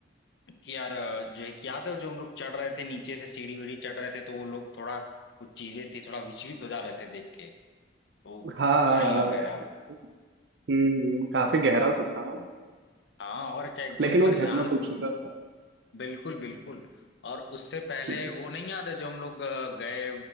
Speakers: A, on the left; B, on the right.
A: कि यार अ, जो है कि याद है जो हम लोग चढ़ रहे थे नीचे से सीढ़ी वीढ़ी चढ़ रहे थे तो वो लोग थोड़ा कुछ चीजें थी थोड़ा विचलित हो जा रहे थे देख के वो
B: हाँ
A: खाई
B: हाँ हाँ
A: वगैरह
B: यार हम्म काफी गहरा तो था वो
A: हाँ और क्या एकदम
B: लेकिन
A: परेशान
B: वो झरना खूबसूरत था
A: बिल्कुल बिल्कुल और उससे पहले
B: हम्म,
A: वो नहीं याद है जो हम लोग अ, गए